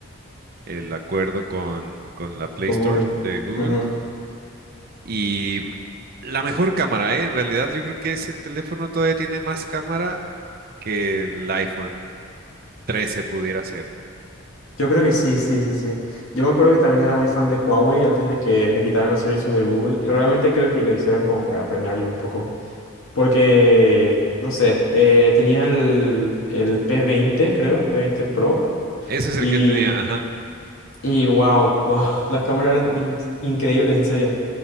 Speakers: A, on the right; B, on the left.
A: el acuerdo con, con la Play
B: con
A: Store
B: Google.
A: de Google.
B: Ujú.
A: Y m- la mejor cámara, ¿eh? En realidad, yo creo que ese teléfono todavía tiene más cámara que el iPhone 13 pudiera ser.
B: Yo creo que sí, sí, sí, sí. Yo me acuerdo que también era muy fan de Huawei antes de que le quitaran los servicios de Google y realmente creo que lo hicieron como para frenarlo un poco. Porque, no sé, eh, tenía el, el P20, creo, el P20 Pro.
A: Ese es
B: y
A: el que yo tenía, ajá.
B: Y wow, wow, <laughs> las cámaras eran in- increíbles, en serio.